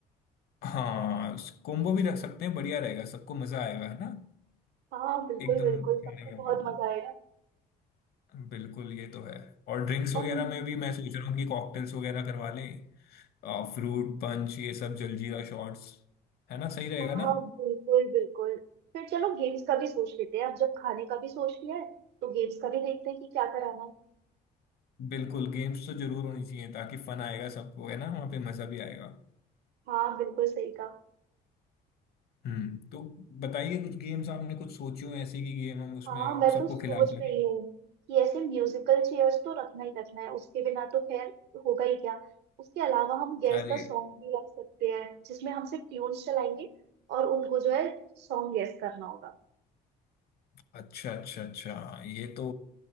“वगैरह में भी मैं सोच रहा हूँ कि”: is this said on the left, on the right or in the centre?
Left